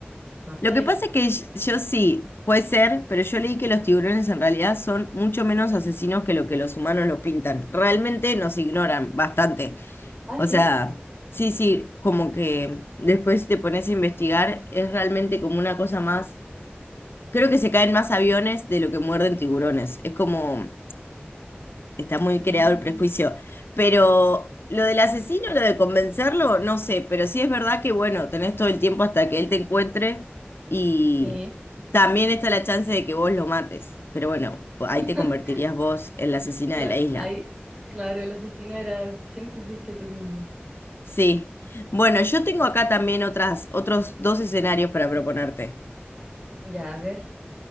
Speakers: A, on the right; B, on the left.
A: No sé.
B: Lo que pasa es que yo, yo sí, puede ser, pero yo leí que los tiburones en realidad son mucho menos asesinos que lo que los humanos lo pintan. Realmente nos ignoran bastante.
A: Ah,
B: O
A: sí.
B: sea, sí, sí, como que después si te pones a investigar, es realmente como una cosa más... Creo que se caen más aviones de lo que muerden tiburones. Es como Está muy
A: Mm,
B: creado el prejuicio. Pero lo del asesino, lo de convencerlo, no sé. Pero sí es verdad que, bueno, tenés todo el tiempo hasta que él te encuentre y
A: sí.
B: también está la chance de que vos lo mates. Pero bueno, ahí
A: <laughs>
B: te convertirías vos en la asesina
A: Claro.
B: de la isla.
A: ahí, claro, el asesino era, siempre fuiste tú mismo.
B: Sí. Bueno, yo tengo acá también otras, otros dos escenarios para proponerte.
A: Ya, a ver,